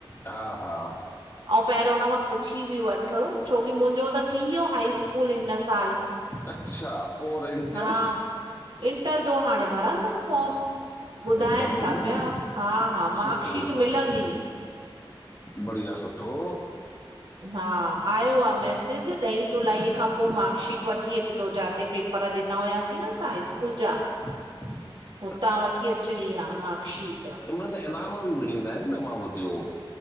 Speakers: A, on the left; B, on the right.
A: हा -हा।
B: ऐं पहिरियों हुन खां पुछी बि वठ छोकी मुंहिंजो त थी वियो हाई स्कूल हिन साल?
A: अच्छा, पोइर इंटर-
B: हा
A: -
B: इंटर जो हाणे भरंदो, फॉम ॿुधाइन
A: इंटर भरी
B: था
A: ईंदी
B: पिया हा -हा मार्कशीट
A: सुठो काफ़ी
B: मिलंदी।
A: बढ़िया, सुठो।
B: हा आयो आहे मैसेज ॾहीं जुलाई खां पोइ मार्कशीट वठी अचिजो जिते पेप- - पर ॾिना हुआसीं न असां स्कूल जा।
A: <inaudible>
B: हुतां वठी अचणी आहे मार्कशीट।
A: इनमल त इनाम बि मिलीं वेदा आहिनि न मां बुइधो हों।